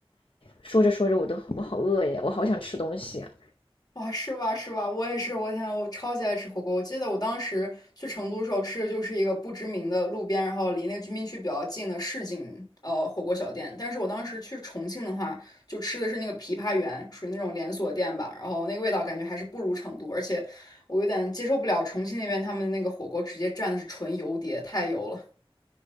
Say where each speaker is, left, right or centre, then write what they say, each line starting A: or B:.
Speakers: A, on the left; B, on the left.
A: 说着说着我都我好饿呀，我好想吃东西啊。
B: 哇，是吧是吧？我也是，我天，我超级爱吃火锅。我记得我当时去成都的时候吃的就是一个不知名的路边，然后离那个居民区比较近的市井呃火锅小店。但是我当时去重庆的话，就吃的是那个枇杷园，属于那种连锁店吧。然后那个味道感觉还是不如成都，而且我有点接受不了重庆那边他们那个火锅直接蘸的是纯油碟，太油了。